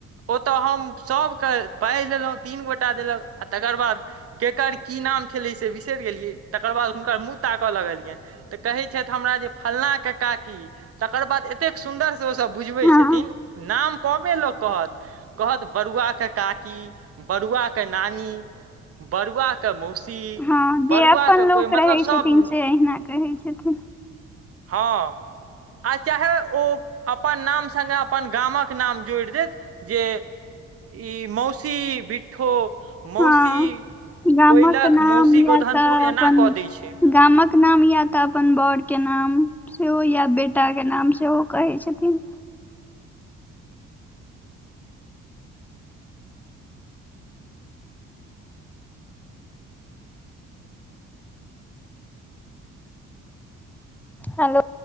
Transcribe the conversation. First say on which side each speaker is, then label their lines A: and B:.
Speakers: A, on the right (about 50°); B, in the centre.
A: ओतऽ हम सबके पाइ दलौंहुँ, तीन गोटा देलक। आ तकर बाद केकर की नाम छलै से बिसरि गेलियै, तकर बाद हुनकर मुँह ताकय लगलियनि। तऽ कहैत छथि हमरा जे फलनाके काकी, तकर बाद एतेक सुन्दरसँ ओसभ बुझबैत
B: हँ
A: छथिन। नाम कमे लोक कहत, कहत बरुआ के काकी, बरुआ के। नानी, बरुआ के मौसी।
B: हँ
A: बरुआ
B: जे अपन
A: के कोई,
B: लोक
A: मतलब
B: रहै
A: सब।
B: छथिन से अहिना कहै छथिन
A: हँ। आ चाहे ओ अपन नाम सङ्गे अपन गामक नाम जोड़ि देत जे। ई मौसी बिट्ठो। मौसी
B: हँ गामक
A: कोयलख,
B: नाम
A: मौसी
B: या
A: गोधनपुर,
B: तऽ अपन
A: एना कऽ दै छै।
B: गामक नाम या तऽ अपन बर के नाम सेहो या बेटाके नाम सेहो कहैत छथिन। हेलो।